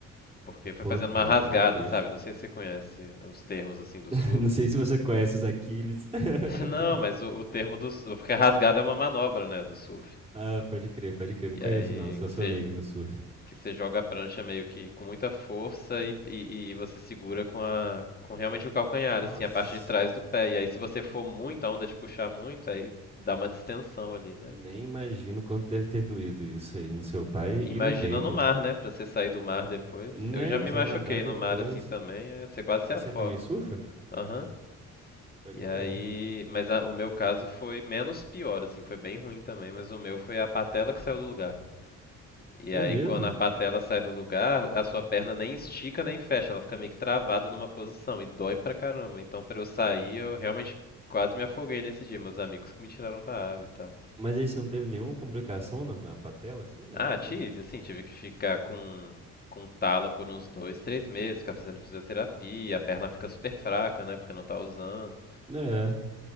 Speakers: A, on the left; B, on the right.
A: Porque foi
B: Pô,
A: fazendo
B: cara,
A: uma rasgada,
B: que triste.
A: sabe? Não sei se você conhece os termos assim do
B: <laughs>
A: surf.
B: Não sei se você conhece os Aquiles. <laughs>
A: <laughs> Não, mas o, o termo do surf, porque a rasgada é uma manobra, né, do surf.
B: Ah, pode crer, pode crer. Não
A: E
B: conheço,
A: aí
B: não. Só
A: que
B: sou
A: você,
B: leigo no surf.
A: que você joga a prancha meio que com muita força e, e, e você segura com a com realmente o calcanhar,
B: Nossa,
A: assim, a parte de trás do pé. E aí se você for muito, a onda te puxar muito, aí dá uma distensão ali, né?
B: nem imagino quanto deve ter doído isso aí no seu pai
A: Imagina
B: e no Tatum.
A: no mar, né? Pra você sair do mar depois.
B: Né?
A: Eu já me
B: Pra
A: machuquei
B: você nadar depois.
A: no mar assim também, é, você quase se
B: Você
A: afoga.
B: também surfa?
A: Aham,
B: Pode
A: E
B: crer.
A: aí, mas a- o meu caso foi menos pior, assim, foi bem ruim também, mas o meu foi a patela que saiu do lugar. E
B: É
A: aí,
B: mesmo?
A: quando a patela sai do lugar, a sua perna nem estica nem fecha, ela fica meio que travada numa posição e dói pra caramba. Então, pra eu sair, eu realmente quase me afoguei nesse dia, meus amigos que me tiraram da água e tal.
B: Mas aí você não teve nenhuma complicação na, na patela, assim, nem
A: Ah,
B: nada?
A: tive, assim, tive que ficar com com tala por uns dois, três meses, ficar fazendo fisioterapia, a perna fica super fraca, né, porque não tá usando.
B: É.